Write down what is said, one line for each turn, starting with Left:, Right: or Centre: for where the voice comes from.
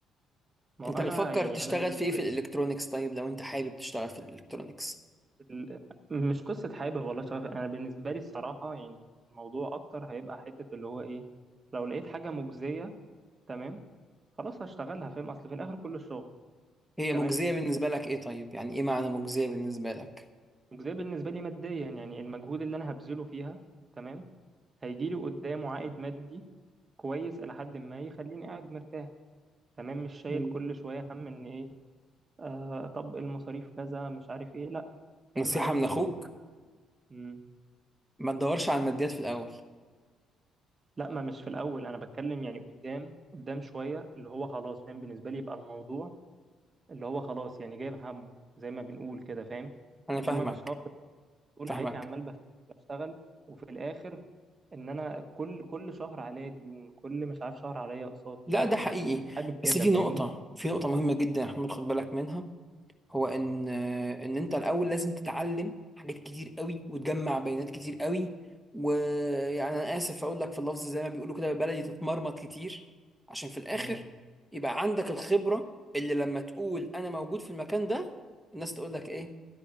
Right: ما هو
Centre: انت بتفكر
Right: انا يعني
Centre: تشتغل
Right: انا بالنسبه
Centre: في ايه في
Right: لي
Centre: الالكترونيكس طيب لو انت حابب تشتغل في الالكترونيكس
Right: ال- مش قصه حابب والله شغف انا بالنسبه لي الصراحه يعني الموضوع اكتر هيبقى حته اللي هو ايه لو لقيت حاجه مجزيه تمام خلاص هشتغلها فاهم اصل في الاخر كله شغل
Centre: هي
Right: تمام
Centre: مجزية بالنسبة لك ايه طيب يعني ايه معنى مجزية بالنسبة لك
Right: مجزية بالنسبة لي ماديا يعني المجهود اللي أنا هبذله فيها تمام هيجي لي قدامه عائد مادي كويس إلى حد ما يخليني قاعد مرتاح تمام مش شايل
Centre: مم.
Right: كل شوية هم إن إيه آه طب المصاريف كذا مش عارف إيه لأ فاهم
Centre: نصيحة
Right: عايز
Centre: من
Right: يعني
Centre: اخوك
Right: مم.
Centre: ما تدورش على الماديات في الاول
Right: لأ ما مش في الأول أنا بتكلم يعني قدام قدام شوية اللي هو خلاص فاهم بالنسبة لي يبقى الموضوع اللي هو خلاص يعني جايب همه زي ما بنقول كده فاهم
Centre: انا
Right: إنما
Centre: فاهمك
Right: مش طول
Centre: فاهمك
Right: حياتي عمال بش- بشتغل وفي الاخر ان انا كل كل شهر عليا ديون كل مش عارف شهر عليا اقساط
Centre: لا
Right: ما-
Centre: ده حقيقي
Right: مش مش حابب كده
Centre: بس في نقطة
Right: فاهمني
Centre: في نقطة مهمة جدا يا محمد خد بالك منها هو ان ان انت الاول لازم تتعلم حاجات كتير قوي وتجمع بيانات كتير قوي ويعني انا اسف اقول لك في اللفظ زي ما بيقولوا كده بالبلدي تتمرمط كتير عشان في الاخر
Right: اه
Centre: يبقى عندك الخبرة اللي لما تقول انا موجود في المكان ده الناس تقول لك ايه